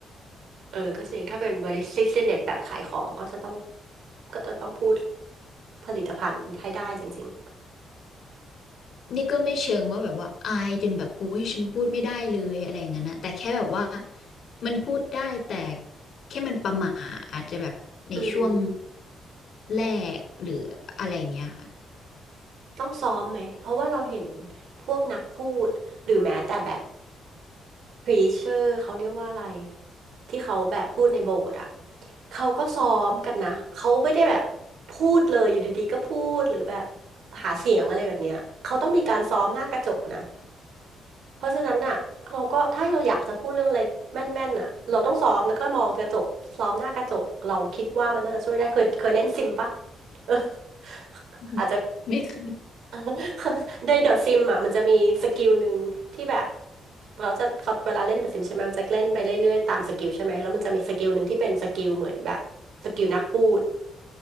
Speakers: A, on the right; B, on the left.
A: เออก็จริงถ้าเป็นบริษัทเน็ตแบบขายของก็จะต้องก็จะต้องพูดผลิตภัณฑ์ให้ได้จริง
B: นี่ก็ไม่เชิงว่าแบบว่าอายจนแบบอุ้ยฉันพูดไม่ได้เลยอะไรอย่างนั้นนะแต่แค่แบบว่ามันพูดได้แต่แค่มันประหม่าอาจจะแบบในช่วง
A: ๆอืม
B: แรกหรืออะไรเงี้ยค่ะ
A: ต้องซ้อมไหม เพราะว่าเราเห็นพวกนักพูดหรือแม้แต่แบบพรีเชอร์เขาเรียกว่าอะไรที่เขาแบบพูดในโบสถ์อ่ะเขาก็ซ้อมกันนะเขาไม่ได้แบบพูดเลยอยู่ดีๆก็พูดหรือแบบหาเสียงอะไรแบบเนี้ยเขาต้องมีการซ้อมหน้ากระจกนะเพราะฉะนั้นน่ะเราก็ถ้าเราอยากจะพูดเรื่องอะไรแม่นๆน่ะเราต้องซ้อมแล้วก็มองกระจกซ้อมหน้ากระจกเราคิดว่ามันน่าจะช่วยได้เคยเคยเล่นซิมปะเออ <laughs>
B: <laughs>
A: อาจจะ
B: ไม่เค
A: <laughs> เขาในเดอะซิมอ่ะมันจะมีสกิลหนึ่งที่แบบเขาจะเขาเวลาเล่นเดอะซิมใช่ไหมมันจะเล่นไปเรื่อยๆตามสกิลใช่ไหมแล้วมันจะมีสกิลหนึ่งที่เป็นสกิลเหมือนแบบสกิลนักพูด